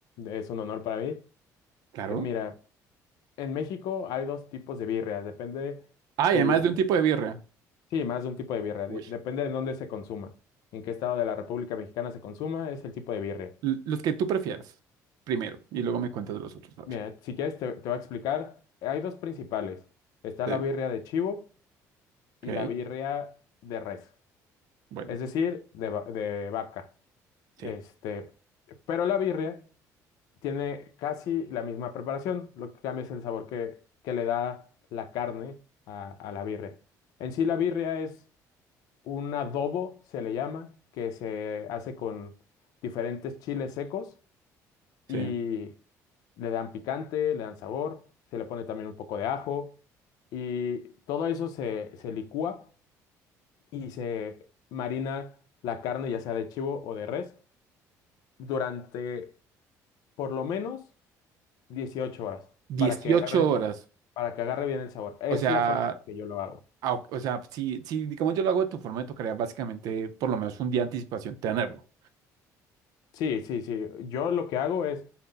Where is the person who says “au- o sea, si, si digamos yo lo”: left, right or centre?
Right